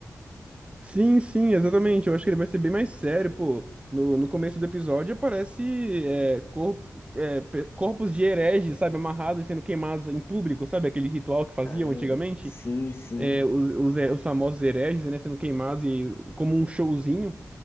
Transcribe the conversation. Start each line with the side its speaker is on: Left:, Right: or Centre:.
Right: Sim, sim, exatamente. Eu acho que ele vai ser bem mais sério, pô. No, no começo do episódio aparece é, corpo, é, pe- corpos de hereges, sabe, amarrados e sendo queimados em público, sabe? Aquele ritual que faziam
Left: Caramba.
Right: antigamente.
Left: Sim, sim.
Right: É, os, os, é, os famosos hereges, né, sendo queimados e, como um showzinho.